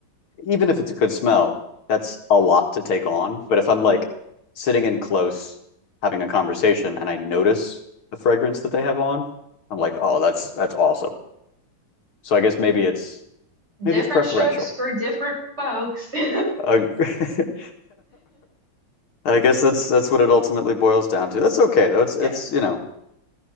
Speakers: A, on the left; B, on the right.
A: even if it's a good smell, that's a lot to take on. But if I'm like sitting in close, having a conversation, and I notice the fragrance that they have on, I'm like, oh, that's that's awesome. So I guess maybe it's
B: Different
A: maybe it's preferential.
B: strokes for different folks. <laughs>
A: Uh, <laughs> I guess that's that's what it ultimately boils down to. That's okay though. It's
B: Yeah,
A: it's you know